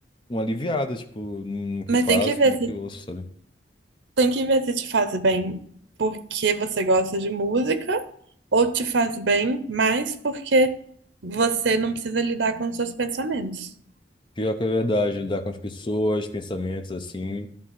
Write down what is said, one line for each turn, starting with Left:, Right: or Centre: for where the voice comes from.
Left: uma aliviada, tipo, no que
Right: Mas
Left: faço,
Right: tem que ver
Left: no
Right: se,
Left: que ouço, sabe?
Right: tem que ver se te faz bem porque você gosta de música, ou te faz bem mais porque você não precisa lidar com os seus pensamentos.
Left: Pior que é verdade, lidar com as pessoas, pensamentos, assim.